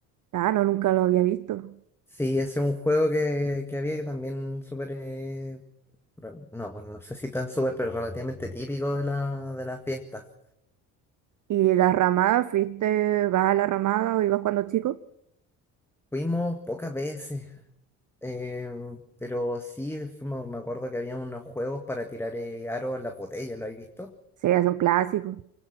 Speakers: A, on the right (about 45°); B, in the centre.
A: Ah, no, nunca lo había visto.
B: Sí, ese es un juego que, que había que también súper... eh, rel- no, bueno, no sé si tan súper, pero relativamente típico de la, de las fiestas.
A: ¿Y la ramada? ¿Fuiste, vas a la ramada o ibas cuando chico?
B: Fuimos pocas veces. Eh, pero sí, fuimos- me acuerdo que había unos juegos para tirar eh, aros a las botellas, ¿lo habéis visto?
A: Sí, es un clásico.